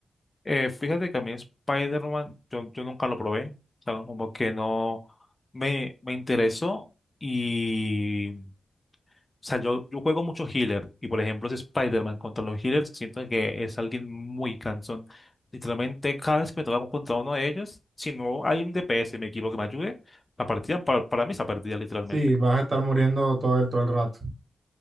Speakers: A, on the left; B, on the right.
A: Eh, fíjate que a mí Spider-Man, yo, yo nunca lo probé, o sea, no, como que no me, me interesó y, o sea, yo, yo juego mucho healer y por ejemplo ese Spider-Man contra los healers siento que es alguien muy cansón. Literalmente cada vez que me toca contra uno de ellos, si no hay un DPS en mi equipo que me ayude, la partida para, para mí está perdida literalmente.
B: Sí, vas a estar muriendo todo el, todo el rato.